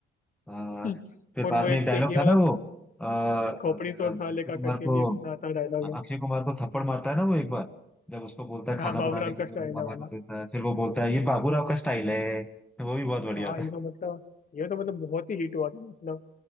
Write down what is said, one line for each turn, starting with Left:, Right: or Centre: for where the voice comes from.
Centre: हाँ
Left: <laughs>
Centre: फिर
Left: और
Centre: बाद
Left: वो एक
Centre: में एक डायलॉग
Left: एक ये
Centre: था
Left: वाला
Centre: ना वो आ,
Left: खोपड़ी
Centre: क्या
Left: तोड़
Centre: नाम
Left: साले
Centre: है अक्षय कुमार
Left: का करके
Centre: को
Left: भी एक इतना अच्छा डायलॉग है
Centre: अक्षय कुमार को थप्पड़ मारता है ना वो एक बार जब उसको बोलता है खाना
Left: यहाँ बाबूराम
Centre: बनाने के
Left: का
Centre: लिए
Left: स्टाइल
Centre: वो
Left: है
Centre: मना
Left: वाला
Centre: कर देता है फिर वो बोलता है ये बाबूराव का स्टाइल है तो वो भी बहुत बढ़िया
Left: हाँ
Centre: था
Left: ये तो मतलब ये तो मतलब बहुत ही हिट हुआ था मतलब